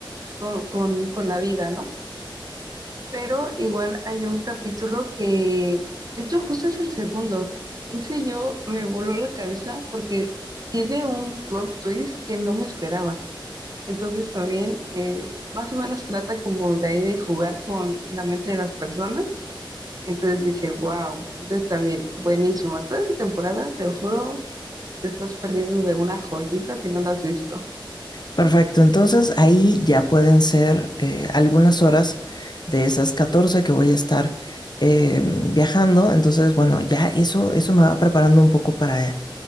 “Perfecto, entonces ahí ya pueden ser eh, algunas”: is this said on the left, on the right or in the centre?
Left